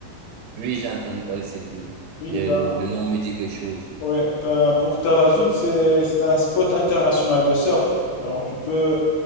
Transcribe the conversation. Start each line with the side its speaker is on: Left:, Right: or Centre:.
Right: oui, j'ai entendu parler de cette ville.
Left: Oui,
Right: Il y
Left: ben,
Right: le nom me dit quelque chose.
Left: ouais, ben, pour Tarazout, c'est, c'est un spot international de surf. Alors, tu peux,